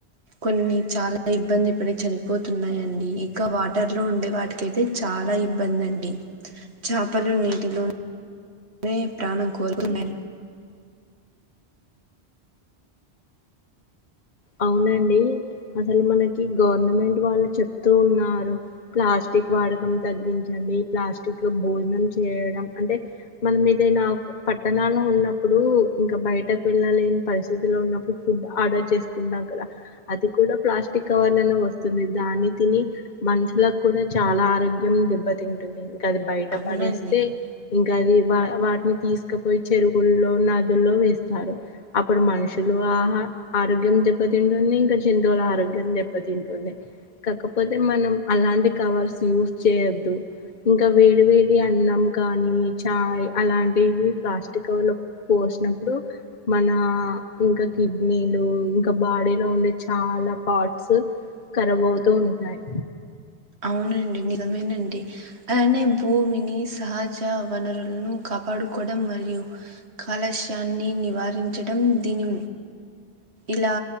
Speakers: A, on the right (about 75°); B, on the left (about 45°).
A: కొన్ని చాలా ఇబ్బంది పడి చనిపోతున్నాయన అండి ఇక వాటర్ లో ఉండే వాటికైతే చాలా ఇబ్బంది అండి చేపలు నీటిలో <unintelligible> కోరుని
B: అవునండి అసలు మనకి గవర్నమెంట్ వాళ్లు చెబుతూ ఉన్నారు ప్లాస్టిక్ ప్లాస్టిక్ వాడడం తగ్గించండి ప్లాస్టిక్ లో భోజనం చేయడం అంటే మనం ఏదైనా పట్టణాలో ఉన్నప్పుడు ఇంకా బయటకు వెళ్ళలేని పరిస్థితులో ఉన్నప్పుడు ఫుడ్ ఆర్డర్ చేస్ ఉండ కదా అది కూడా ప్లాస్టిక్ కవర్ లోనే వస్తుంది దాన్ని తిని మనుషులకు కూడా చాలా ఆరోగ్యం దెబ్బతింటుంది ఇంకా అది బయట
A: అవునండి
B: పడేస్తే ఇంకా గది వా వాటిని తీసుకుపోయి చెరువుల్లో నదుల్లో వేస్తారు అప్పుడు మనుషులు ఆహ ఆరోగ్యం దెబ్బతింటుంది ఇంకా జంతువుల ఆరోగ్యం దెబ్బతింటుంది కాకపోతే మనం అలాంటి కావర్స్ యూస్ చేయద్దు ఇంకా వేడి వేడి అన్నం కానీ చాయ్ అలాంటివి ప్లాస్టిక్ కవర్ల పో ష్నపుడు మన ఇంకా కిడ్నీలు ఇం ఇంకా బాడీ లో ఉండే చాలా పార్ట్స్ కరబవుతు ఉంటాయి.
A: అవునండి నిజమేనండి అయ్యన్నీ భూమిని సహజ వనరులను క కాపాడుకోవడం మరియు కాలష్యాన్ని నివారించడం దీని ఇలా